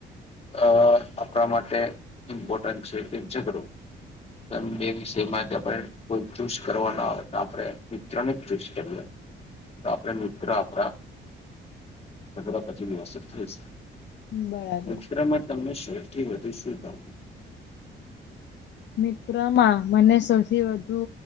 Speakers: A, on the left; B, on the left.
A: અ આપણા માટે ઇમ્પોર્ટન્ટ છે તેમ છેઘડું તમે બે વિષયમાં જ પણ કોઈ ચૂસ કરવા ન આવે તો આપડે વિ ત્રણ જ ચૂઝ કરીએ. તો આપડે મિત્ર આપણા તગ પછી વ્યવસ્ત થઈ શ
B: બરાબર
A: મિત્રમાં તમને શહેરથી વધુ શું કું.
B: મિત્રમાં મને સૌથી વધુ